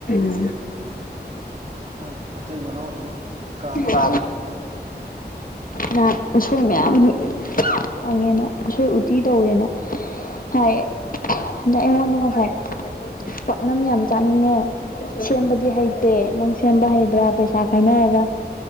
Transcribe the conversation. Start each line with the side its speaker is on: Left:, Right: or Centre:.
Left: <unintelligible>
Right: ꯃꯣꯏ ꯃꯇꯩ ꯃꯅꯥꯎ ꯑꯗꯨꯝ ꯀꯥꯕꯅꯤ
Left: <unintelligible> ꯍ ꯎꯁꯣꯏ ꯃꯌꯥꯝꯃꯨꯛ ꯐꯪꯉꯦꯅ ꯎꯁꯣꯏ ꯎꯇꯤ ꯇꯧꯋꯦꯅ ꯍꯥꯏ ꯑꯗ ꯑꯩꯉꯣꯟꯗ ꯉꯁꯥꯏ ꯄꯥꯛꯅꯝ ꯌꯥꯝ ꯆꯥꯅꯤꯡꯉꯦ ꯁꯦꯝꯕꯗꯤ ꯍꯩ ꯇꯦ ꯅꯪ ꯁꯦꯝꯕ ꯍꯩꯕ꯭ꯔꯥ ꯄꯩꯁꯥ ꯈꯥꯏꯅꯔꯒ